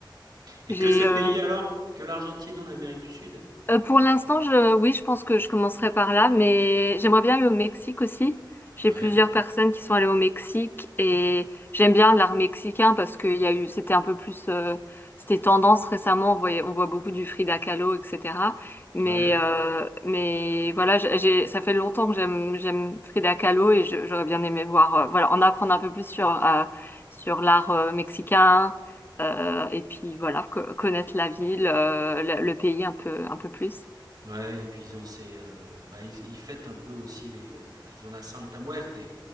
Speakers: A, on the right; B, on the left.
A: Et
B: J'ai
A: que ce pays
B: euh,
A: alors? Que l'Argentine en Amérique du Sud?
B: Euh, pour l'instant, je, oui, je pense que je commencerai par là, mais j'aimerais bien aller au Mexique aussi. J'ai
A: Ouais,
B: plusieurs personnes qui sont allées au Mexique et j'aime bien l'art mexicain parce qu'il y a eu, c'était un peu plus, euh, c'était tendance récemment. On voyait, on voit beaucoup du Frida Kahlo, etc. Mais,
A: ouais.
B: euh, mais voilà, j'ai, j'ai- ça fait longtemps que j'aime, j'aime Frida Kahlo et je- j'aurais bien aimé voir, euh, voilà, en apprendre un peu plus sur, euh, sur l'art, euh, mexicain. Euh, et puis voilà, co- connaître la ville, euh, le, le pays un peu, un peu plus.
A: Ouais, et puis ils ont ces, euh, bah, ils, ils fêtent un peu aussi les, euh, ils ont la Santa Muerte,